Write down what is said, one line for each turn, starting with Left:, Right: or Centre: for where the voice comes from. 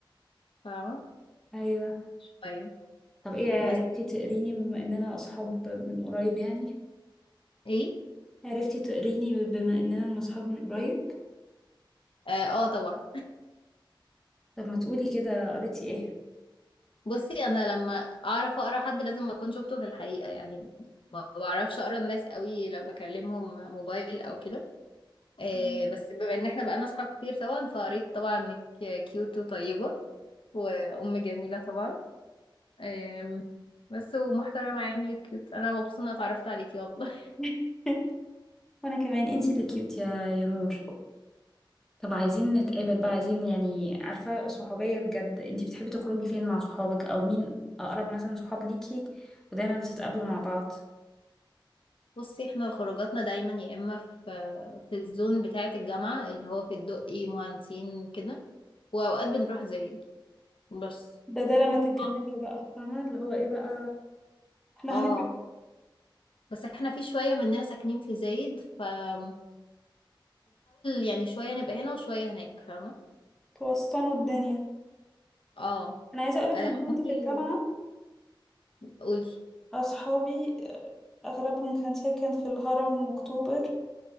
Left: فاهمة
Centre: ايوه
Left: شوية
Centre: طب ايه عرفتي
Left: بس
Centre: تقريني بما اننا اصحاب من قريب يعني
Left: إيه
Centre: عرفتي تقريني بما اننا من اصحاب من قريب
Left: آه, آه طبعا
Centre: طب ما تقولي كده قريتي ايه
Left: بصي أنا لما أعرف أقرأ حد لازم أكون شفته في الحقيقة يعني ما بعرفش أقرأ الناس قوي لو بكلمهم موبايل أو كده آه
Centre: أم.
Left: بس بما إن إحنا بقالنا أصحاب كتير طبعا فقريت طبعا إنك كيوت وطيبة وأم جميلة طبعا أم، بس ومحترمة يعني كيوت انا مبسوطة اني اتعرفت عليكي والله
Centre: <laughs> وانا كمان انتي اللي كيوت يا يا نور طب عايزين نتقابل بقى عايزين يعني عارفة صحوبية بجد انتي بتحبي تخرجي فين مع صحابك او مين اقرب مثلا صحاب ليكي ودايما بتتقابلوا مع بعض
Left: بصي احنا خروجاتنا دايما يا اما في في الزون بتاعة الجامعة اللي هو في الدقي مهندسين كده واوقات بنروح زايد بس
Centre: ده ده لما تتجننوا
Left: اه
Centre: بقى فاهمة اللي هو ايه بقى احنا
Left: آه.
Centre: هنبعد
Left: بس احنا في شوية مننا ساكنين في زايد فبنحاول يعني شوية نبقى هنا وشوية هناك فاهمة
Centre: توسطنوا الدنيا
Left: اه
Centre: انا عايزة اقولك
Left: آه،
Centre: لما كنت
Left: عمري
Centre: في الجامعة
Left: قولي
Centre: أصحابي أغلبهم كان ساكن في الهرم وأكتوبر